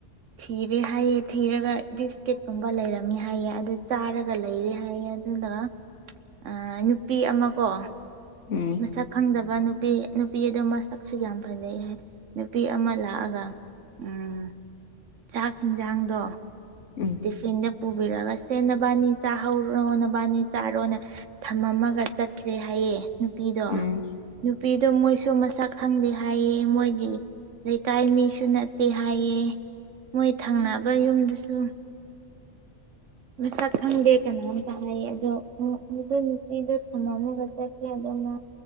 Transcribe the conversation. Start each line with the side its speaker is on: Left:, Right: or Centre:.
Right: ꯊꯤꯔꯦ ꯍꯥꯏꯌꯦ ꯊꯤꯔꯒ ꯕꯤꯁꯀꯤꯠꯀꯨꯝꯕ ꯂꯩꯔꯝꯃꯤ ꯍꯥꯏꯌꯦ ꯑꯗꯨ ꯆꯥꯔꯒ ꯂꯩꯔꯦ ꯍꯥꯏꯌꯦ ꯑꯗꯨꯅ ꯑ ꯅꯨꯄꯤ ꯑꯃꯀꯣ
Left: ꯎꯝ
Right: ꯃꯁꯛ ꯈꯪꯗꯕ ꯅꯨꯄꯤ ꯅꯨꯄꯤ ꯑꯗꯨ ꯃꯁꯛꯁꯨ ꯌꯥꯝ ꯐꯖꯩ ꯍꯥꯏ ꯅꯨꯄꯤ ꯑꯃ ꯂꯥꯛꯑꯒ ꯎꯝ ꯆꯥꯛ ꯍꯦꯟꯖꯥꯡꯗꯣ
Left: ꯎꯝ
Right: ꯇꯤꯐꯤꯟꯗ ꯄꯨꯕꯤꯔꯒ ꯁꯦ ꯅꯕꯥꯅꯤ ꯆꯥꯍꯧꯔꯣ ꯅꯕꯥꯅꯤ ꯆꯥꯔꯣꯅ ꯊꯝꯃꯝꯃꯒ ꯆꯠꯈ꯭ꯔꯦ ꯍꯥꯏꯌꯦ ꯅꯨꯄꯤꯗꯣ
Left: ꯎꯝ ꯎꯝ
Right: ꯅꯨꯄꯤꯗꯣ ꯃꯣꯏꯁꯨ ꯃꯁꯛ ꯈꯪꯗꯦ ꯍꯥꯏꯌꯦ ꯃꯣꯏꯒꯤ ꯂꯩꯀꯥꯏ ꯃꯤꯁꯨ ꯅꯠꯇꯦ ꯍꯥꯏꯌꯦ ꯃꯣꯏ ꯊꯪꯅꯕ ꯌꯨꯝꯗꯁꯨ ꯃꯁꯛ ꯈꯪꯗꯦ ꯀꯅꯥꯝꯇ ꯍꯥꯏꯌꯦ ꯑꯗꯣ ꯑꯗꯨ ꯅꯨꯄꯤꯗꯣ ꯊꯝꯃꯝꯃꯒ ꯆꯠꯀꯦꯗꯅ